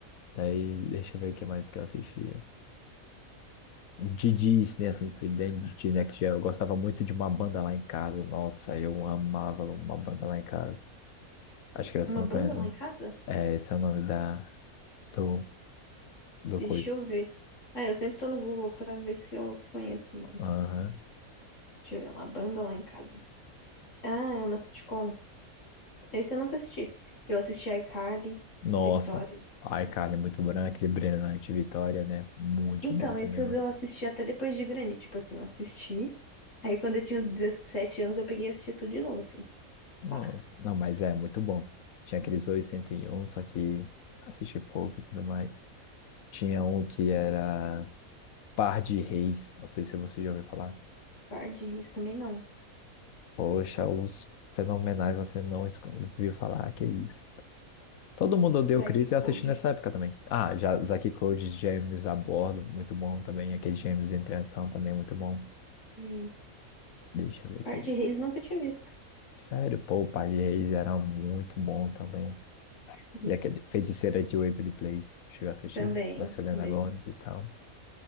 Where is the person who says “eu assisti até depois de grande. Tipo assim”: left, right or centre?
Left